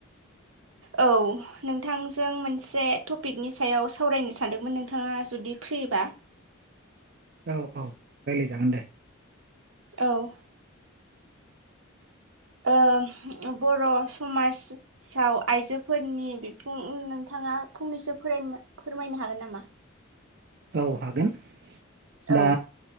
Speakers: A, on the right; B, on the right.
A: औ नोंथांजों मोनसे टपिकनि सायाव सावरायनो सानदोंमोन नोंथाङा जुदि सोरनिबा
B: औ औ रायलायजागोन दे।
A: औ। ओ बर' समाज साव आइजोफोरनि बिफुं नोंथाङा फंनैसो फोरायनो फोरमायनो हागोन नामा।
B: औ हागोन दा।
A: औ